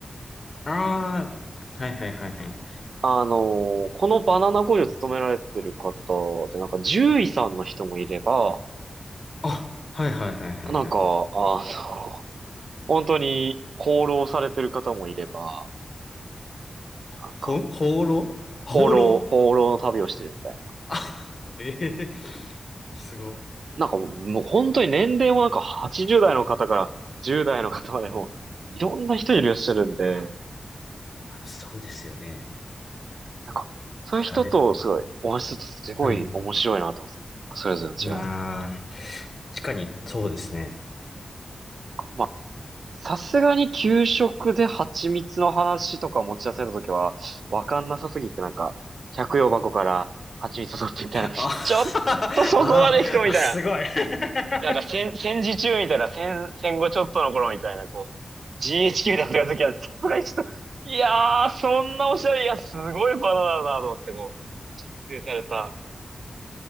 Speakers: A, on the left; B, on the right.
A: ああ、はいはいはいはい。
B: あのーこのバナナ工場勤められてる方で、なんか獣医さんの人もいれば、
A: あ、はいはいはいはいはい。
B: なんか、あの、本当に放浪されてる方もいれば、
A: ほ、
B: なんか、
A: 放浪放浪
B: 放浪、放浪の旅をしてるみたいな。
A: あ、<laughs> ええすご。
B: なんかもう、もう本当に年齢もなんか80代の方から10代の方までも、いろんな人いらっしゃるんで、
A: あ、まあそうですよね。
B: なんか、そういう人とすごいお話しするとすごい面白いなと思うんですね。
A: 誰はい。
B: それぞれの違いが。
A: ああ、確かにそうですね。
B: まあ、さすがに給食で蜂蜜の話とか持ち出されたときは、わかんなさすぎてなんか、百葉箱から蜂蜜取ってみたいな、<laughs> ちょっとそこまで人みたいな。
A: あ、<laughs> あ、あ、すごい。<laughs>
B: なんか戦、戦時中みたいな、戦、戦後ちょっとの頃みたいな、こう、GHQ だった時は、さすがにちょっと、いやー、そんなおしゃれ、いや、すごいバナナだなと思って、こう、熟成された。